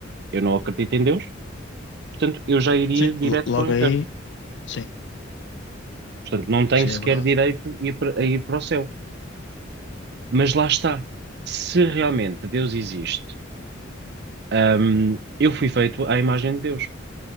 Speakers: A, on the right; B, on the left.
A: eu não acredito em Deus, portanto, eu já iria
B: sim.
A: direto
B: Lo- Logo
A: para o inferno.
B: aí, sim,
A: Portanto, não tenho
B: sim,
A: sequer
B: é verdade.
A: direito a ir para a ir para o céu. Mas lá está. Se realmente Deus existe, hum, eu fui feito à imagem de Deus.